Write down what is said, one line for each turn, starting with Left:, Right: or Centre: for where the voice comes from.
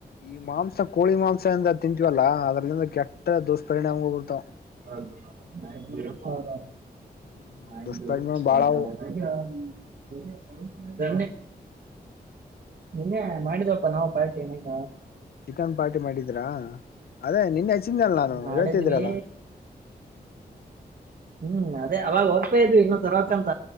Left: ಈ ಮಾಂಸ ಕೋಳಿ ಮಾಂಸ ಎಂದ ತಿಂತವಲ್ಲಾ ಅದ್ರಲಂದ ಕೆಟ್ಟ ದುಷ್ಪರಿಣಾಮ ಬರ್ತಾವ
Right: <unintelligible>
Left: ಹ್ಮ್ ದುಷ್ಪರಿಣಾಮ ಬಾಳವು
Right: ಅ <unintelligible> ನಿನ್ನೆ ಮಾಡಿದಪ್ಪಾ ನಾವು ಪಾರ್ಟಿ ಏನೇಕ
Left: ಚಿಕನ್ ಪಾರ್ಟಿ ಮಾಡಿದ್ರಾ ಅದೇ ನಿನ್ನೆ ಹಚ್ಚಿದ್ದಲ್ಲ ನಾನು
Right: ಮಾಡಿದ್ವಿ
Left: ಹೇಳ್ತಿದೀರಲ್ಲ
Right: ಹ್ಮ್ ಅದೇ ಅವಾಗ ಹೋಗದ್ತಾ ಇದ್ವಿ ಇನ್ನ ತರ್ಕಂತ